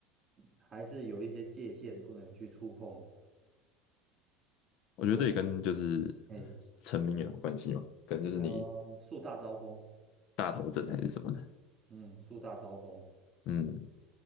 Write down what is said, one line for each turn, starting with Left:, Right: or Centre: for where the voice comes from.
Right: 还是有一些界限不能去触碰。
Left: 我觉得这也跟就是
Right: 不过，哎，
Left: 成名也有关系嘛，可能就是你
Right: 呃，树大招风，
Left: 大头症还是什么的，
Right: 嗯，树大招风啊。
Left: 嗯，